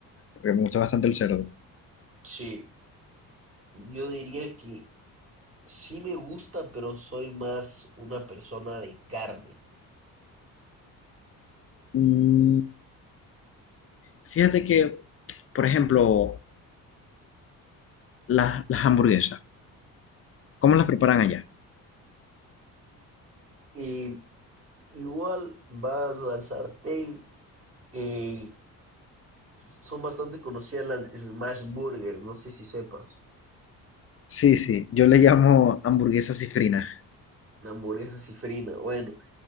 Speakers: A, on the left (about 35°); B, on the right (about 35°).
A: porque me gusta bastante el cerdo.
B: Sí, yo diría que sí me gusta, pero soy más una persona de carne.
A: Mm, fíjate que, por ejemplo, las, las hamburguesas, ¿cómo las preparan allá?
B: Y igual vas al sartén, eh, son bastante conocidas las smash burgers, no sé si sepas,
A: Sí, sí, yo le llamo hamburguesa cifrina.
B: hamburguesas y frina. Bueno,